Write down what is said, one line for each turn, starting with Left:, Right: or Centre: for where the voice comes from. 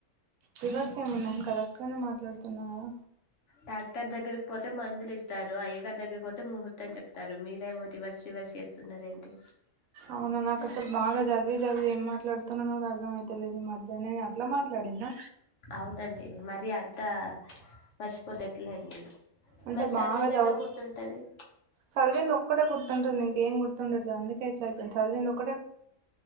Right: రివర్స్ ఏమున్నాం కరెక్ట్ గానే మాట్లాడుతున్నా కదా
Left: డాక్టర్ దగ్గరికి పోతే మందులు ఇస్తారు అయ్యగార్ దగ్గరికి పోతే ముహూర్తం చెప్తారు మీరేమో రివర్స్ రివర్స్ చేస్తున్నార్ ఏంటి
Right: అవున నాకు అసలు బాగా జదివి జదివి ఏం మాట్లాడుతున్నా అద్రం అయితేలేదు ఈ మధ్య నేను అట్లా మాట్లాడినా
Left: అవునండి మరి అం త మర్చిపోతే ఎట్లండి
Right: అంటే
Left: మరి చదివింది
Right: బాగా చదువుత
Left: ఎట్లా గుర్తుంటుంది
Right: చదివింది ఒక్కటే గుర్తుంటుంది ఇంక ఏం గుర్తుండట్లే అందుకే ఇట్లా అయిపింది చదివింది టీ